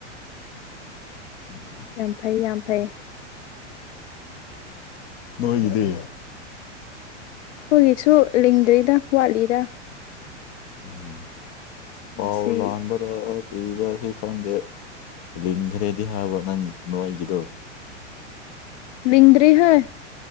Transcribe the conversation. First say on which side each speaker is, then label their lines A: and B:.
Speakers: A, on the left (about 40°); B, on the left (about 70°).
A: <inaudible>
B: ꯌꯥꯝ ꯐꯩ ꯌꯥꯝ ꯐꯩ
A: <inaudible> ꯅꯣꯏꯒꯤꯗꯤ
B: ꯈꯣꯏꯒꯤꯁꯨ ꯂꯤꯡꯗ꯭ꯔꯤꯗ ꯋꯥꯠꯂꯤꯗ
A: ꯎꯝ
B: ꯉꯁꯤ
A: ꯄꯥꯎ ꯂꯥꯟꯕ ꯄꯨꯔ ꯀꯔꯤꯔꯍꯤ ꯈꯪꯗꯦ ꯂꯤꯡꯈ꯭ꯔꯦꯗꯤ ꯍꯥꯏꯕ ꯅꯪ ꯅꯣꯏꯒꯤꯗꯣ
B: ꯂꯤꯡꯗ꯭ꯔꯤꯍꯦ